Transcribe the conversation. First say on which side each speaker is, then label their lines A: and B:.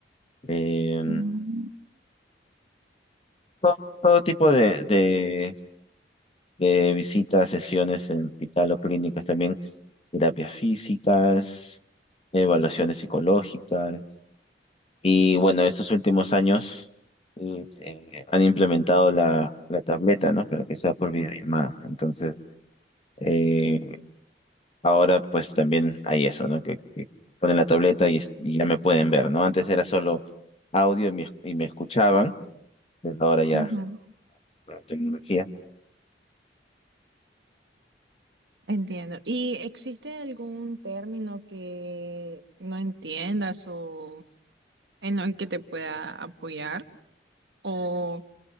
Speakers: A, on the left; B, on the right.
A: eh,
B: mm,
A: todo, todo tipo de, de, de visitas, sesiones en hospital o clínicas también, terapias físicas, evaluaciones psicológicas. Y bueno, estos últimos años eh, eh, han implementado la, la tableta, ¿no? Pero que sea por videollamada. Entonces, eh, ahora pues también hay eso, ¿no? Que, que ponen la tableta y, es- y ya me pueden ver, ¿no? Antes era solo audio y me, y me escuchaban, pero ahora ya
B: Ujú,
A: la tecnología.
B: Entiendo. ¿Y existe algún término que no entiendas o en el que te pueda apoyar? ¿O,